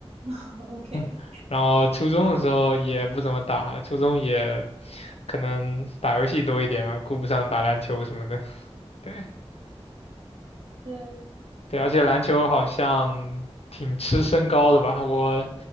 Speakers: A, on the right; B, on the left.
A: <laughs> OK，
B: <laughs> 然后初中的时候也不怎么打了，初中也可能打游戏多一点嘛，顾不上打篮球什么的。对
A: 对，
B: 对，而且篮球好像挺吃身高的吧，我